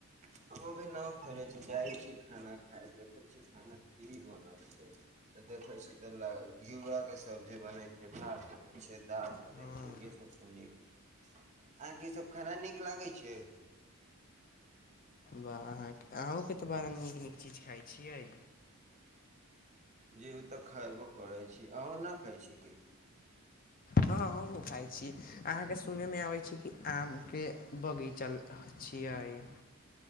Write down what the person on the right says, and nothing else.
हम भी नऽ खैले छी जाइ छी खाना खाय देखै छी खाना ई बनल छै त देखे छी त लऽ घिआरा के सब्जी बने भात बनै छै दाल बनै
छै इे सब त नीक। अहाँ के इ सब खाना नीक लागै छै।
जी ओ तऽ खेबो करै छी अहाँ न खाय छी की?